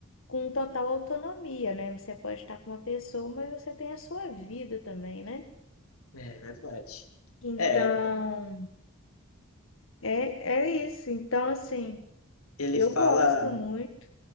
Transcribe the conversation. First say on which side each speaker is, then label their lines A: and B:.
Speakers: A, on the left (about 70°); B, on the left (about 85°).
A: com total autonomia, né? Você pode estar com uma pessoa, mas você tem a sua vida também, né?
B: É verdade.
A: Então,
B: É,
A: é, é isso. Então, assim,
B: ele
A: eu
B: fala.
A: gosto muito.